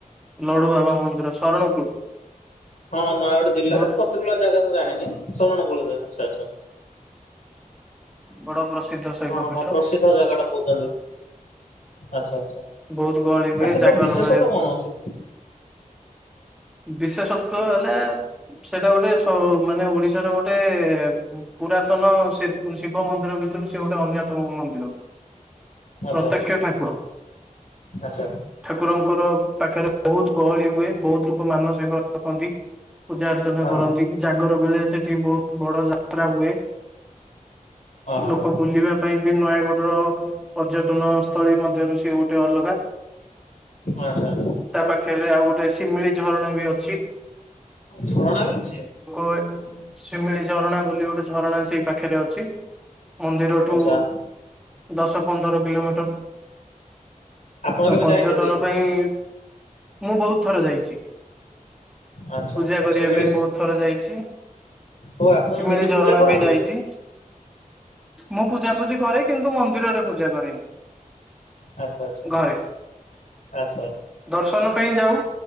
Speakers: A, in the centre; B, on the left (about 65°).
A: ଲଡୁ ବାବା ମନ୍ଦିର ଶରଣକୁଳ।
B: ହଁ ନୟାଗଡ଼ ଜିଲ୍ଲାରେ
A: ବହୁତ
B: ପର୍ଟିକୁଲର ଜାଗା ମୁଁ ଜାଣିନି ଆଛା?
A: ବଡ ପ୍ରସିଦ୍ଧ ଶୈବ
B: ହଁ
A: ପୀଠ
B: ହଁ ପ୍ରସିଦ୍ଧ ଜାଗା ଟା କହୁଛନ୍ତି ଆଛା ଆଛା। ଆ
A: ବହୁତ ଗହଳି ହୁଏ
B: ସେଟାର
A: ଜାଗର
B: ବିଶେଷତ୍ଵ
A: ବେଳକୁ
B: କଣ ଅଛି?
A: ବିଶେଷତ୍ବ ହେଲା ସେଇଟା ଗୋଟେ ମାନେ ଓଡିଶାର ଗୋଟେ ଗୋଟେ ପୁରାତନ ଶିବ ମନ୍ଦିର ଭିତରୁ ସେ ଗୋଟେ ଅନ୍ୟତମ ମନ୍ଦିର।
B: ଆଚ୍ଛା
A: ପ୍ରତ୍ୟକ୍ଷ
B: ଆଚ୍ଛା
A: ଠାକୁର।
B: ଆଚ୍ଛା
A: ଠାକୁରଙ୍କର ପାଖରେ ବହୁତ ଗହଳି ହୁଏ ବହୁତ ଲୋକ ମାନସିକ ରଖନ୍ତି। ପୂଜା ଅର୍ଚ୍ଚନା
B: ଅ
A: କରନ୍ତି
B: ହ
A: ଜାଗର ବେଳେ ସେଠି ବହୁତ ବଡ ଯାତ୍ରା ହୁଏ।
B: ଅ ହ
A: ଲୋକ
B: ହ
A: ବୁଲିବେ ପାଇଁ ବି ନୟାଗଡର ପର୍ଯ୍ୟଟନ ସ୍ଥଳୀ ମଧ୍ୟରୁ ସେ ଗୋଟେ ଅଲଗା।
B: ଆଛା।
A: ତା ପାଖରେ ଆଉ ଗୋଟେ ଶିମିଳି ଝରଣା ବି ଅଛି।
B: ଝରଣା ବି ଅଛି।
A: ଅୟ ଶିମିଳି ଝରଣା ବୋଲି ଗୋଟେ ଝରଣା ସେଇ ପାଖରେ ଅଛି। ମନ୍ଦିରଠୁ
B: ଆଚ୍ଛା।
A: ଦଶ ପନ୍ଦର କିଲୋମିଟର
B: ଆପଣ
A: ତ
B: କେବେ
A: ପର୍ଯ୍ୟଟନ
B: ଯାଇଛନ୍ତି?
A: ପାଇଁ ମୁଁ ବହୁତ ଥର ଯାଇଛି।
B: ଆଚ୍ଛା
A: ପୂଜା
B: ଆଚ୍ଛା
A: କରିବା
B: ଶିମିଳି
A: ପାଇଁ ବହୁତ ଥର ଯାଇଛି।
B: ଓ ଆପଣ
A: ଶିମିଳି
B: ନିଜେ ପୂଜା
A: ଝରଣା
B: କରନ୍ତି?
A: ବି ଯାଇଛି। ମୁଁ ପୂଜାପୂଜି କରେ କିନ୍ତୁ ମନ୍ଦିରରେ ପୂଜା କରେନି।
B: ଆଚ୍ଛା ଆଚ୍ଛା
A: ଘରେ
B: ଆଚ୍ଛା
A: ଦର୍ଶନ ପାଇଁ ଯାଉ